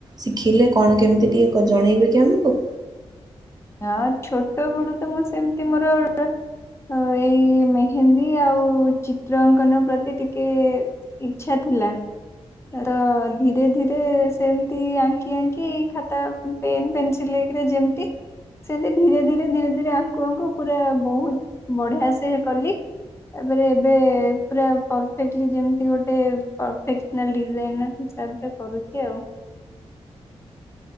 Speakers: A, on the right; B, on the left.
A: ଶିଖିଲେ କଣ କେମିତି ଟିକେ କଣ ଜଣେଇବେ କି ଆମକୁ?
B: ହଁ ଛୋଟ ବେଳୁ ତ ମୁଁ ସେମିତି ମୋର ହ ଏଇ ମେହେନ୍ଦୀ ଆଉ ଚି୍ ଚିତ୍ର ଅଙ୍କନ ପ୍ରତି ଟିକେ ଇଛା ଥିଲା ର ଧୀରେ ଧୀରେ ସେମିତି ଆଙ୍କି ଆଙ୍କି ଖାତା ପେନ୍ ପେନସିଲ୍ ହେକରେ ଯେମିତି ସେମତି ଧୀରେ ଧୀରେ ଧୀରେ ଧୀରେ ଆଙ୍କୁ ଆଙ୍କୁ ପୁରା ବହୁତ୍ ବଢିଆ ସେ କଲି ତାପରେ ଏବେ ପୁରା ପରଫେକ୍ଟଲି ଯେମିତି ଗୋଟେ ପରଫେକ୍ସନାଲ୍ ଡିଜାଇନ୍ ର ହିସାବ କରୁଛି ଆଉ।